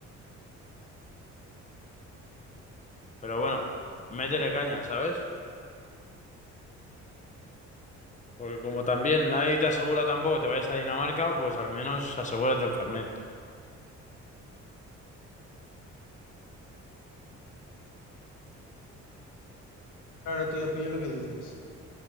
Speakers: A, on the left (about 25°); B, on the left (about 80°).
A: Pero bueno, métele caña, ¿sabes? Porque como también nadie te asegura tampoco que te vayas a Dinamarca, pues al menos asegúrate el carnet.
B: Claro, tío, pillo lo que dices.